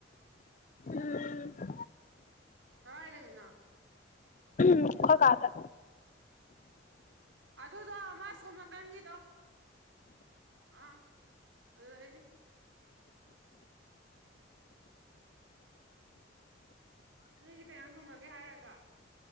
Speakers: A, on the left; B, on the right.
A: ꯎꯝ
B: ꯀꯥꯔꯥꯢ ꯂꯩꯅꯣ ꯅꯪ
A: ꯑꯩꯈꯣꯢ ꯀꯥꯗ
B: ꯑꯗꯨꯗꯣ ꯑꯃ ꯁꯣꯝ ꯅꯥꯀꯟꯒꯤꯗꯣ ꯑꯥ ꯑꯗꯨꯗꯩꯅꯦ ꯅꯣꯏꯗꯤ ꯀꯩ ꯑꯦꯟꯖꯥꯡ ꯊꯣꯡꯒ꯭ꯔꯒꯦ ꯍꯥꯏꯔꯒ